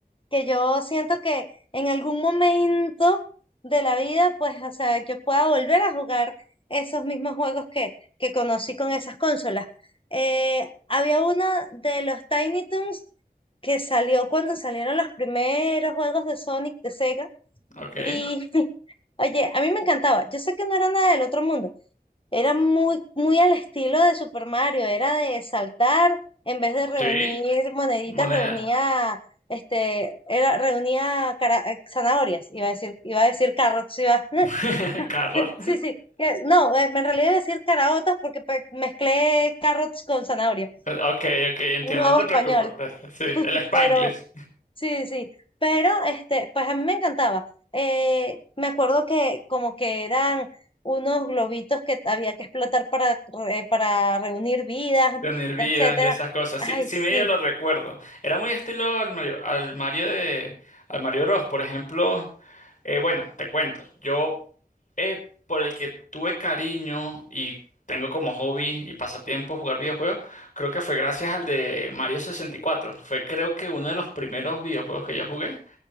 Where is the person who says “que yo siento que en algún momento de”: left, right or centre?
Left